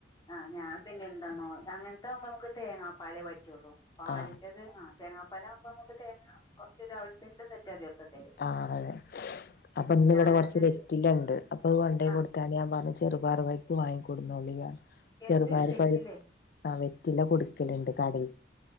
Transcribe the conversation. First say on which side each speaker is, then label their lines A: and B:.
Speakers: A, on the left; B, on the left.
A: ആഹ്ഞാൻ പിന്നെ എന്താന്നോ അങ്ങനത്തെ ആവുമ്പോ നമുക്ക് തേങ്ങാ പാലേ പറ്റുള്ളൂ പാലിന്റത്
B: ആഹ്
A: ആ തേങ്ങാപാലാഉമ്പോ അമുക്ക് തേങ്ങ കൊർച് രാവിൽതെന്നെ സെറ്റാക്കി വെക്ക
B: ആഹ് അതെ അപ്പൊ ന്ന്
A: ഞാനന്നിട്ട്
B: വടെ കൊർച്ച് വെറ്റിലണ്ട് അപ്പൊ അഹ് കൊണ്ടേയ്
A: ആഹ്
B: കൊടുത്താല് യാൻ പർഞ് ചെറുപയർ പരി പ്പ് വാങ്ങിക്കൊടുന്നോളി യാ
A: എന്ത്
B: ചെറുപയർ
A: വെറ്റിലേ
B: പരി ആഹ് വെറ്റില കൊടുക്കലുണ്ട് കടേ